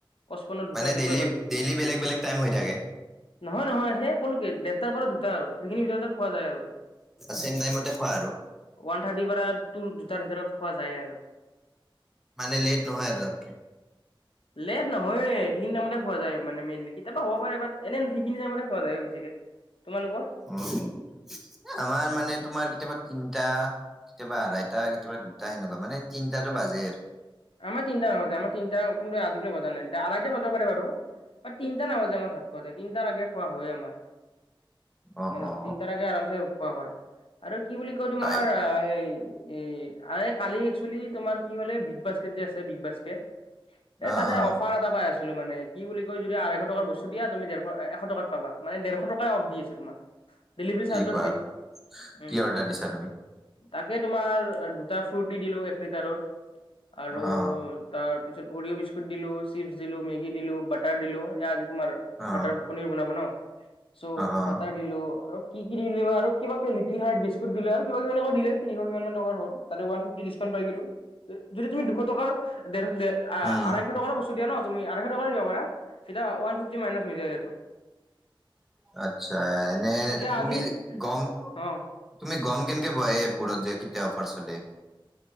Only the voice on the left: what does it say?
পঁচপন্ন দুটা
এনেকৈ
বাজে
নহয় নহয় সেই কলো কি, দেৰটাৰ পৰা দুটা আৰু। সেইখিনিৰ ভিতৰতে খোৱা যায় আৰু,
ওৱান থাৰ্টিৰ পৰা তোৰ, দুটাৰ ভিতৰত খোৱা যায় আৰু।
লেট নহয়ে সৈখিনিটামতে খোৱা যায়। মানে মেইনলি কেতিয়াবা হ'ব পাৰে, বাট এনে সৈখিনি টাইমতে এ খোৱা যায় বেছিকে। তোমালোকৰ?
আমাৰ তিনিটা নাবজে, আমাৰ তিনিটা কোনটো আজিলৈ বজা নাই আঢ়টা বজাব পাৰে বাৰু। হয় তিনিটা নাবাজে আমাৰ ভাত খোৱাতে, তিনটাাৰ লাগে খোৱা হয়ে আমাৰ।
মানে
তিনটাৰ আগে আৰামছে খোৱা হয়, আৰু কি বুলি কয় তোমাৰ
সেই এ আ কালি একচেলি তোমাৰ কি হ'লে বিগ বাস্কেট যে আছে বিগ বাস্কেট এই
তাতে
অফাৰ এটা পাই আছে ছিলো মানে, কি বুলি কয় যদি আঢ়ৈ শ টকাৰ বস্তু দিয়া দেৰশ, এশ টকাত পাবা, মানে দেৰ শ টকায়ে অফ দি আছো তোমাক। ডেলিৰ্ভী
চাৰ্জ
ও ফ্ৰী, উম
তাকে, তোমাৰ দুটা ফুৰ্তি দিলো এক লিটাৰৰ আৰু
তাৰ,
তাৰ পিছত অৰিঅ' বিস্কট দিলো, চিপছ দিলো, মেগি দিলো, বাটাৰ দিলো। তোমাৰ
বাটাৰ পনীৰ বনাব ন, চ'
বাটাৰ দিলো আৰু কি কি দিলে বা আৰু <unintelligible> কিবাক লিটিলহাৰ্ত বিস্কুট দিলো আৰু <unintelligible> কিবাকিবি এনেক দিলে, তিনিশ কিমান মান টকাৰ হ'ল ততে উৱানফিভটি ডিছকাউণ্ পাই গলো। যদি তুমি দুশ টকাৰ দেৰ দেৰ
আঢ়ৈশ টকাৰো বস্তু দিয়া ন, তুমি আঢ়ৈশ টকাৰো দিব পাৰা। তেতিয়া ওৱান ফিফটি মাইনাচ হৈ যায় সেইটো।
তাকে
আজি
অ